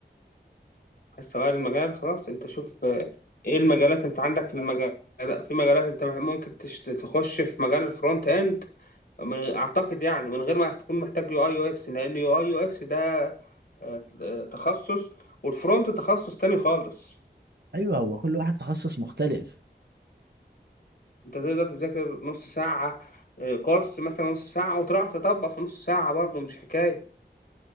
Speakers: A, on the left (about 65°); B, on the right (about 65°).
A: عايز تغير المجال خلاص انت شوف اه، ايه المجالات انت عندك في المجال في مجالات انت مح- ممكن تش- تخش في مجال الفرونت اند من- اعتقد يعني من غير ما تكون محتاج يو اي يو اكس لان يو اي يو اكس ده اه، اه، تخصص والفرونت تخصص تاني خالص
B: ايوه هو كل واحد تخصص مختلف
A: انت تقدر تذاكر نص ساعة آه، كورس مثلا نص ساعة وتروح تطبق في نص ساعة برضه مش حكاية